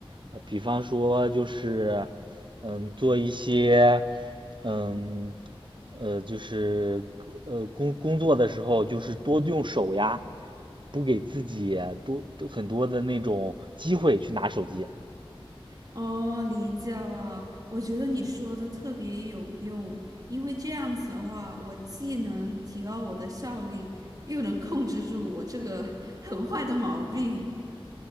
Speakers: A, on the right; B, on the right.
A: 呃，比方说就是，嗯，做一些，嗯，呃，就是呃工工作的时候就是多用手呀。不给自己多很多的那种机会去拿手机。
B: 哦，理解了。我觉得你说的特别有用，因为这样子的话，我既能提高我的效率，又能控制住我这个 <laughs> 很坏的毛病。